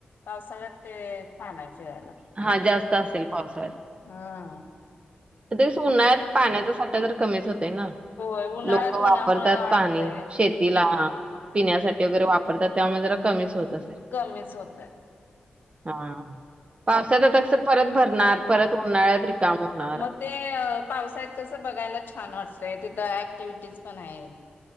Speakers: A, on the left; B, on the right.
A: पावसाळ्यात ते छान आहे फिरायला
B: हा जास्त असेल पावसाळ्या.
A: हा..
B: ते उन्हाळ्यात पाण्याचा साठा तर कमीच होतेना.
A: होय उन्हाळ्यात
B: लोक
A: उन्हामुळे
B: वापरतात
A: वाटतय
B: पाणी
A: हम्म
B: शेतीला पिण्यासाठी वगैरे वापरतात त्यामुळे जरा कमीच होत असेल.
A: कमीच होतय.
B: हा... पावसात आता परत भरणार परत उन्हाळ्यात रिकाम होणार
A: मग ते पावसाळत कसं बघायला छान वाटतंय तिथं ऍक्टिव्हटीज पण आहे.